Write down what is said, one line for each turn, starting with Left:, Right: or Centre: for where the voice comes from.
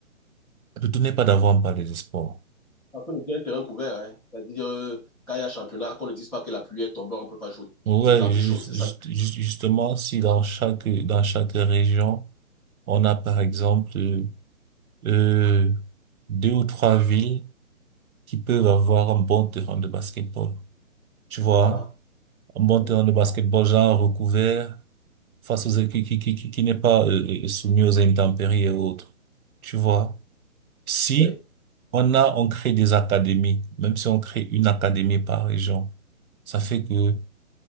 Right: Le tout n'est pas d'avoir un palais des sports.
Centre: on dit un terrain couvert, hein, c'est-à-dire euh, quand il y a championnat, qu'on ne dise pas que la pluie est tombée, on ne peut pas jouer.
Right: Ouais,
Centre: Ce genre
Right: juste,
Centre: de choses, c'est
Right: juste-
Centre: ça.
Right: juste- justement, si dans chaque, dans chaque région, on a par exemple euh, euh, deux ou trois villes qui peuvent avoir un bon terrain de basketball. Tu vois,
Centre: Voilà.
Right: un bon
Centre: Oui.
Right: terrain de basketball, genre recouvert, face aux, qui, qui, qui, qui qui n'est pas euh, euh, soumis aux intempéries et autres. Tu vois, si
Centre: Oui.
Right: on a, on crée des académies, même si on crée une académie par région, ça fait que